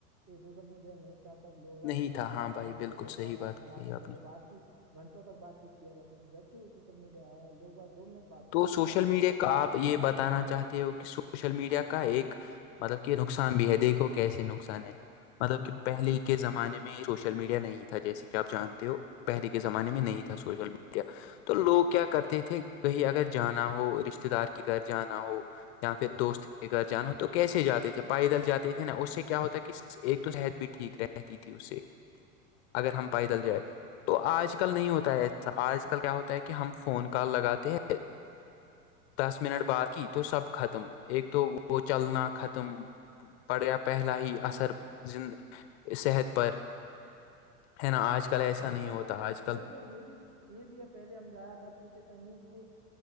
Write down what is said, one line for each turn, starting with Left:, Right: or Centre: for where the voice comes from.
Right: یہ سوشل میڈیا نہیں تھا تھا تب لوگ آ
Left: نہیں
Right: کہیں
Left: تھا
Right: جایا
Left: ہاں بھائی
Right: کرتے
Left: بالکل
Right: تھے تو ان
Left: صحیح
Right: شاء اللہ
Left: بات
Right: ملا
Left: کہی
Right: کرتے
Left: آپ
Right: تھے
Left: نے
Right: بات گھنٹوں تک بات چیت کیا کرتے تھے جب سے یہ سوشل میڈیا آیا ہے لوگ آپ دو منٹ بات کرتے
Left: تو سوشل
Right: ماشاء اللہ
Left: میڈیا
Right: پھر اپنے
Left: کا
Right: فون
Left: آپ یہ
Right: میں
Left: بتانا
Right: ہی گھس جاتے
Left: چاہتے
Right: ہیں
Left: ہو کہ سوشل میڈیا کا ایک مطلب کہ نقصان بھی ہے دیکھو کیسے نقصان ہے مطلب کہ پہلے کے زمانے میں سوشل میڈیا نہیں تھا جیسے کہ آپ جانتے ہو پہلے کے زمانے میں
Right: جی
Left: نہیں
Right: جناب
Left: تھا سوشل میڈیا تو لوگ کیا کرتے تھے کہ اگر جانا ہو رشتتے دار کے گھر جانا ہو یا پھر دوست کے گھر جانا ہو تو کیسے جاتے تھے پائیدل جاتے تھے نا اس سے کیا ہوتا کہ ایک تو صحت بھی ٹھیک رہتی تھی اس سے اگر ہم
Right: جی جناب
Left: پیدل جائے تو آج کل نہیں ہوتا ہے ایسا آج کل کیا ہوتا ہے کہ ہم فون کال لگاتے ہیں دس منٹ بعد کی تو سب ختم ایک تو وہ چلنا ختم پڑیا پہلا ہی اثر زند صحت پر ہے نا آج کل ایسا
Right: ان
Left: نہیں
Right: شاء
Left: ہوتا
Right: اللہ
Left: آج
Right: اور
Left: کل
Right: دیکھو یہ بھی یہ بھی ہے پہلے ہم جایا کرتے تھے کہیں تو